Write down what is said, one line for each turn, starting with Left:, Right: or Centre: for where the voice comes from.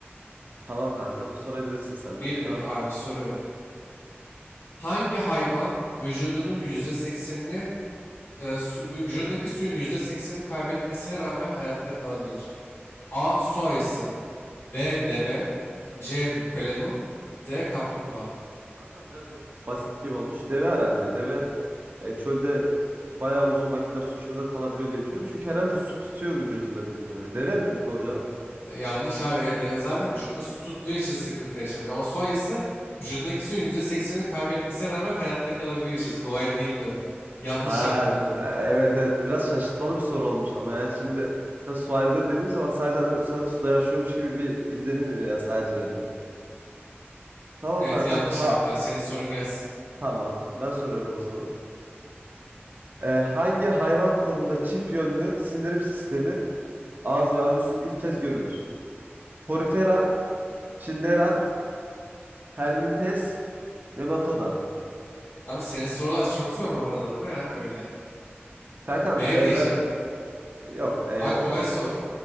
Right: Tamam kankam sorabilirsin sen
Left: Bir
Right: de. Devam
Left: bir
Right: et.
Left: abi soruyorum. Hangi hayvan vücudunun %80'ini e, su- vücudundaki suyun yüzde seksenini kaybetmesine rağmen hayatta kalabilir? A. Su ayısı. B. Deve. C. Bukalemun. D. Kaplumbağa.
Right: Kankam biraz daha gibi- basit gibi olmuş. Deve herhalde. Deve e, çölde bayağı uzun vakitler su içmeden kalabiliyor diye biliyorum. Çünkü herhalde su tutuyor vücudunda bildiğim kadarıyla. Deve mi? Doğru cevap.
Left: E, yanlış abi evet deve zaten vücudunda su tuttuğu için sıkıntı yaşamıyor. Ama su ayısı vücudundaki suyun yüzde seksenini kaybetmesine rağmen hayatta kalabiliyor. İşte kolay değil de öyle. Yanlış
Right: Ha
Left: yaptın abi.
Right: evet evet biraz şaşırtmalı bir soru olmuş ama yani şimdi ha, su aygır dediğim zaman sadece hani sadece suda yaşıyormuş gibi bir izlenim veriyor ya sadece yani. Tamam
Left: Evet
Right: kankam
Left: yanlış
Right: ha
Left: yaptın. Hadi Senin sorun gelsin.
Right: tamam ben soruyorum o zaman. Ee, hangi hayvan grubunda çift yönlü sindirim sistemi ağız ve anüs ilk kez görülür? Porifera, Cnidaria, Hermintes, Nematoda.
Left: Abi senin sorular çok zor bu arada. Bu ne abi böyle?
Right: Kankam
Left: Aha, B
Right: e,
Left: diyeceğim.
Right: ben yok e,
Left: Daha kolay sor.